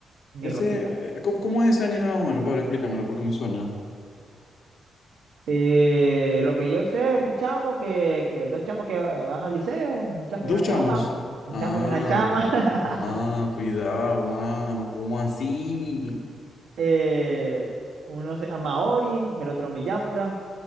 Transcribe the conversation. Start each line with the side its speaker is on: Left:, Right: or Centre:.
Right: ni
Left: Ese,
Right: rosita.
Left: eh, ¿cómo, cómo es ese anime más o menos? Pablo, explícamelo porque me suena.
Right: Eh, lo que yo sé es un chamo que, que- dos chamos que eh, van al liceo, un chamo
Left: Dos
Right: y una chama,
Left: chamos.
Right: un
Left: Ah,
Right: chamo y una chama. <laughs>
Left: ah, cuidado, mano. ¿Cómo así?
Right: eh, uno se llama Ori, el otro Miyamura.